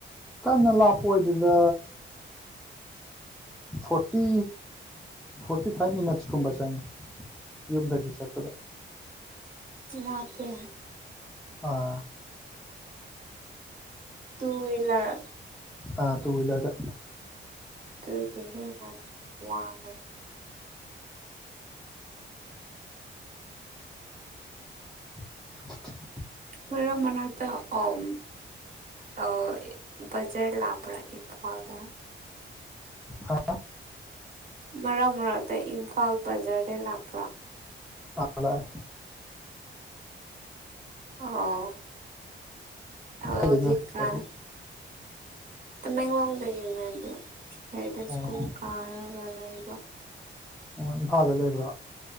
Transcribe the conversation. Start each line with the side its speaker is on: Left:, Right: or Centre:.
Centre: ꯀꯟꯅ ꯂꯥꯞꯄ ꯑꯣꯏꯗꯦꯗ ꯐꯣꯔꯇꯤ ꯐꯣꯔꯇꯤ ꯐꯥꯏꯚ ꯃꯤꯅꯠꯁ ꯀꯨꯝꯕ ꯆꯪꯉꯦ ꯌꯨꯝꯗꯒꯤ ꯆꯠꯄꯗ
Right: ꯂꯥꯞꯄꯦ
Centre: ꯑꯥ
Right: ꯇꯨ ꯋꯤꯜꯂꯔ
Centre: ꯑꯥ ꯇꯨ ꯋꯤꯜꯂꯔꯗ
Right: ꯇꯧꯗꯦꯍꯦ ꯅꯪ ꯋꯥꯥꯒꯅꯤ
Centre: <unintelligible> <inaudible>
Right: ꯃꯔꯛ ꯃꯔꯛ ꯇ ꯑꯣꯝ ꯑꯧ ꯕꯖꯔ ꯂꯥꯛꯄ꯭ꯔꯥ ꯏꯝꯐꯥꯜꯗ
Centre: ꯍꯥꯥ
Right: ꯃꯔꯛ ꯃꯔꯛꯇ ꯏꯝꯐꯥꯜ ꯕꯖꯥꯔꯗ ꯂꯥꯛꯄ꯭ꯔꯥ
Centre: ꯑ ꯂꯥꯛꯑꯦ
Right: ꯑꯣ ꯍꯧꯖꯤꯛꯀꯥꯟ
Centre: ꯀꯩꯗꯩꯅꯣ ꯁꯤꯁꯇꯔꯗꯤ
Right: ꯇꯃꯦꯡꯂꯣꯡꯗꯒꯤꯅꯦ ꯑꯗꯨ ꯑꯩꯗꯣ
Centre: ꯑꯣ
Right: ꯁ꯭ꯀꯨꯜ ꯀꯥꯔꯒ ꯂꯩꯕ
Centre: ꯑꯣ ꯏꯝꯐꯥꯜꯗ ꯂꯩꯕ꯭ꯔꯣ